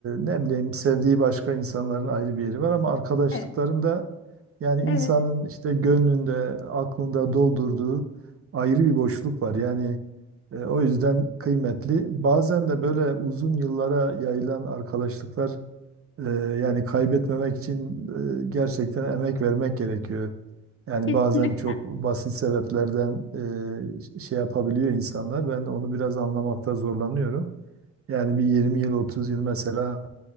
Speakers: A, on the right; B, on the left.
A: ne bileyim sevdiği başka insanların ayrı bir yeri var ama arkadaşlıkların
B: Evet,
A: da yani insanın
B: evet,
A: işte gönlünde, aklında doldurduğu ayrı bir boşluk var. Yani e, o yüzden kıymetli. Bazen de böyle uzun yıllara yayılan arkadaşlıklar ee, yani kaybetmemek için e, gerçekten emek vermek gerekiyor. Yani
B: kesinlikle.
A: bazen çok basit sebeplerden e, şey yapabiliyor insanlar. Ben onu biraz anlamakta zorlanıyorum. Yani bir 20 yıl, 30 yıl mesela